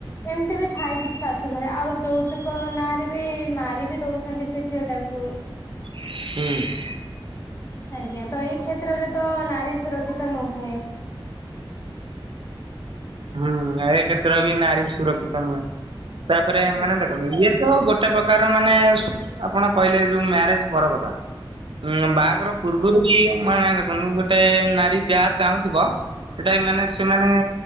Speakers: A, on the left; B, on the right.
A: ଏମିତି ବି ଥାଏ କିଛି ଶାଶୁଘରେ ଆଉ ଯୌତୁକ ନାଁରେ ବି ମାରି ବିି ଦଉଛି ଛନ୍ତି ସେ ଝିଅଟାକୁ।
B: ହୁଁ।
A: ଆଜ୍ଞା ତ ଏଇ କ୍ଷେତ୍ରରେ ତ ନାରୀ ସୁରକ୍ଷିତ ନୁହେଁ।
B: ହୁଁ ଏ କ୍ଷେତ୍ର ବି ନାରୀ ସୁରକ୍ଷିତ ନୁହେଁ ତାପରେ
A: ଆଜ୍ଞା
B: ମାନେ ଦେଖନ୍ତୁ ଇଏ ତ ଗୋଟେ ପ୍ରକାର ମାନେ ସ ଆପଣ କହିଲେ ଯୋଉ ମ୍ୟାରେଜ ପର କଥା। ହୁଁ ବାହାଘର ପୂର୍ବରୁ ବି ମାନେ ଦେଖନ୍ତୁ ଗୋଟିଏ ନାରୀ ଯାହା ଚାହୁଁଥିବ ସେଟା ବି ମାନେ ସେମାନେ